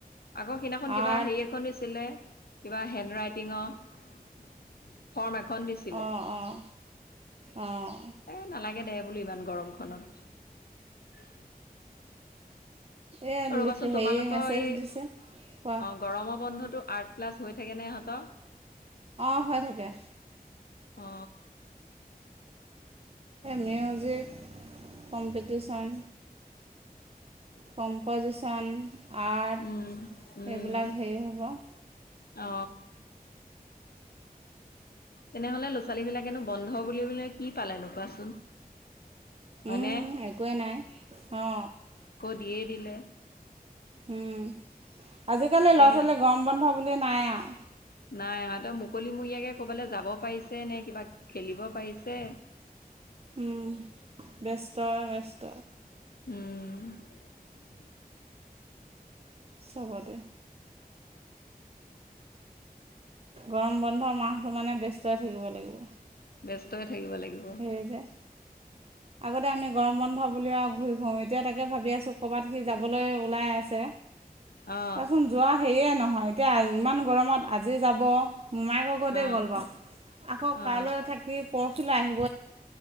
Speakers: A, on the left; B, on the right.
A: আগৰ সেইদিনাখন কিবা
B: আৰ্ট
A: হেৰি এখন দিছিলে কিবা হেণ্ড ৰাইটিঙৰ ফৰ্ম এক খন দিছিলে
B: অঁ অঁ অঁ
A: এ নালাগে দে বোলো ইমান গৰমখনত
B: এই
A: অ ৰবাচোন
B: লিখি
A: তোমালোকৰ
B: হেৰি মেছেজ
A: এই অ
B: দিছে কোৱা
A: গৰমৰ বন্ধত টো আৰ্ট ক্লাছ হৈ থে নে সিহত
B: অঁ হয় থাকে
A: অ
B: music competition composition art
A: um um
B: এইবিলাক হেৰি হ'ব
A: অ তেনেহলে ল'ৰা ছোৱালী বিলাকেনো বন্ধ বুলি বলে কি পালেনো কোৱাচোন হয়নে
B: উম একোৱেই নাই অ
A: দিয়ে দিলে
B: উম আজিকালি
A: এতিয়া
B: ল'ৰা
A: সিহঁত
B: ছোৱালী গৰম বন্ধ বুলি নাই আৰু
A: নাই সিহতে মুকলিমূৰীয়াকে ক'বালৈ যাব পাৰিছে নে কিবা খেলিব পাৰিছে
B: উম ব্যস্ত ব্যস্ত
A: উম
B: চবৰে গৰম বন্ধ মাহটো মানে ব্যস্ত থাকিব লাগিব
A: ব্যস্তই থাকিব লাগিব
B: সেয়ে যে আগতে আমি গৰম বন্ধ বুলি আৰু ঘূৰি ফুৰো এতিয়া তাকে ভাবি আছো কৰ'বাত সি যাবলৈ ওলাই আছে।
A: অ
B: তাৰচোন যোৱা সেয়ে নহয় এতিয়া ইমান গৰমত আজি যাব মোমাই ঘৰতেই
A: অ
B: গ'ল বাৰু আকৌ
A: অ
B: কাইলৈ থাকি পৰহিলৈ আহিব